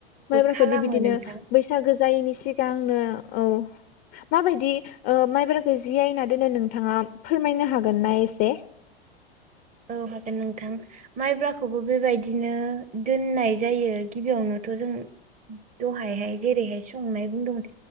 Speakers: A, on the left; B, on the right.
A: माइब्राखौदि
B: खालामो
A: बिदिनो
B: नोंथां
A: बैसागो जायैनि सिगांंनो औ माबायदि माइब्रा जियनानै दोनो नोंथांङा फोरमायनो हागोन ना एसे
B: औ हागोन नोंथां माइब्राखौबो बेबायदिनो दोननाय जायो। गिबियावनोथ' जों दहायहाय जेरैहाय संनाय बुंदोंमोन